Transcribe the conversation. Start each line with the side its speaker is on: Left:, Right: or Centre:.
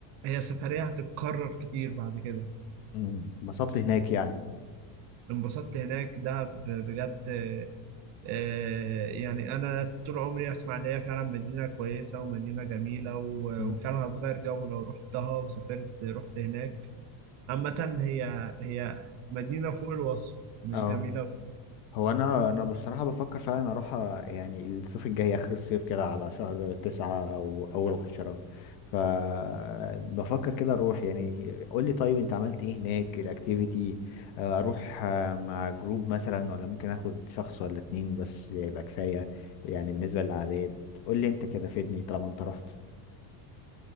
Right: هي سفرية هتتكرر كتير بعد كده
Left: مم، اتبسطت هناك يعني
Right: انبسطت هناك دهب بجد آه، آه، يعني أنا طول عمري أسمع إن هي فعلا مدينة كويسة ومدينة جميلة و-
Left: مم،
Right: وفعلا هتغير جو لو رحتها وسافرت رحت هناك عامة هي هي مدينة فوق الوصف مش
Left: اه
Right: جميلة
Left: هو انا انا بصراحه بفكر فعلا اروح آه، يعني الصيف الجاي اخر الصيف كده على شهر تسعة او اول عشرة فبفكر كده اروح يعني قول لي طيب انت عملت ايه هناك الاكتيفيتي آه، اروح آه، مع جروب مثلا ولا ممكن اخد شخص ولا اتنين بس يبقى كفايه يعني بالنسبه للاعداد قول لي انت كده فيدني طالما انت رحت